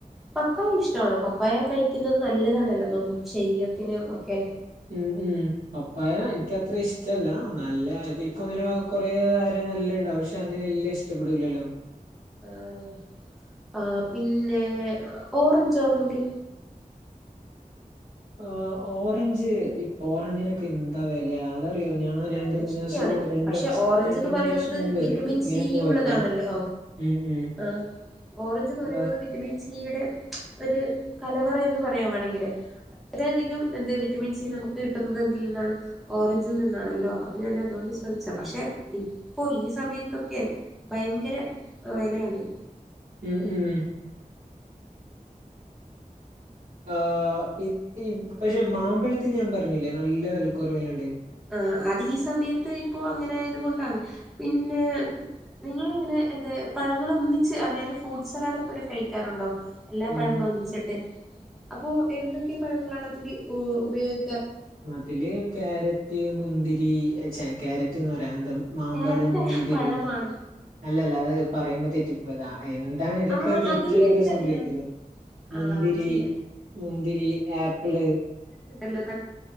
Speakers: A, in the centre; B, on the right (about 75°).
A: പപ്പായ ഇഷ്ടണോ? പപ്പായ കഴിക്കുന്നത് നല്ലതാണല്ലോ നമുക്ക് ശരീര ത്തിന് ഒക്കെ
B: ഉം ഉം പപ്പായ എനിക്ക് അത്ര ഇഷ്ടല്ല. നല്ല അതിപ്പങ്ങനെ കൊറേ കാര നല്ലഹ് ണ്ടാവു ക്ഷെ അങ്ങനെല്ലാം ഇഷ്ടപ്പെടൂല്ലല്ലോ
A: ആണോ ആഹ് പിന്നെ ഓറഞ്ചാന്നെങ്കിൽ
B: ആഹ് ഓറഞ്ച് ഇപ്പൊ ഓറഞ്ചിനൊക്കെ എന്താ വെല അതാ അയോ ഞാൻ രണ്ട്
A: അത്
B: മൂന്നു
A: ശരിയാണ്
B: ദിവസം ഉരുണ്ടു
A: പക്ഷെ ഓറഞ്ച്ന്ന്
B: രണ്ടു മൂന്നു
A: പറയുന്നത്
B: ദിവസം മുമ്പ്
A: വിറ്റമിൻ
B: ഇങ്ങനെ
A: സി
B: പോയപ്പൊം
A: ഉള്ളതാണല്ലോ
B: ഉം ഉം
A: ആഹ് ഓറഞ്ച്ന്ന് പറയുന്നത്
B: ആ,
A: വിറ്റമിൻ സിയുടെ ഒരു കലവറ എന്ന് പറയാം വേ ണെങ്കിലെ അത്രയധികം എന്ത് വിറ്റമിൻ സി നമുക്ക് കിട്ടുന്നത് ന്തേ നന്ന് ഓറഞ്ചിൽ നിന്ന് ആണല്ലോ അപ്പൊ ഞാൻ അതുകൊണ്ട് ചോദിച്ചാ പക്ഷെ ഇപ്പൊ ഈ സമയത്തൊക്കെ ഭയങ്കര ആ വെലയാണേ
B: ഉം ഉം ആ ഈ ഈ പക്ഷെ മാമ്പഴത്തിനു ഞാൻ പറഞ്ഞില്ലേ നല്ല വിലക്കുറവിലുണ്ട്
A: ആ അത് ഈ സമയത്ത് ഇപ്പോ അങ്ങനായത് കൊണ്ടാണ് പിന്നെ നിങ്ങളിങ്ങനെ എന്തേ പഴങ്ങൾ ഒന്നിച്ച് അതായത് ഫ്രൂട്ട്സലാഡ് പോലെ കഴിക്കാറുണ്ടോ എല്ലാ
B: ഉം
A: പഴങ്ങളും ഒന്നിച്ചിട്ട് അപ്പോ എന്തൊക്കെ പഴങ്ങളാണ് അതിന് ഉപയോഗി
B: അതിലെ ക്യാരറ്റ് മുന്തിരി ചെ ക്യാരറ്റ് എന്ന് പറയാൻ മാമ്പഴം
A: ക്യാരറ്റ്
B: മുന്തിരി
A: പഴമാണ്
B: അല്ലല്ല അത് പറയുമ്പോ തെറ്റിപ്പോതാ ആ എന്താണ് ഇതൊക്കെ
A: ആഹ്
B: തെറ്റിലൊക്കെ
A: അത് നിങ്ങൾക്കറിയാം
B: സംഭവിയ്ക്കൂലേ മുന്തിരി
A: ആഹ് അത് ശരിയാ
B: മുന്തിരി ആപ്പിളെ
A: ണ്ടല്ലോ ത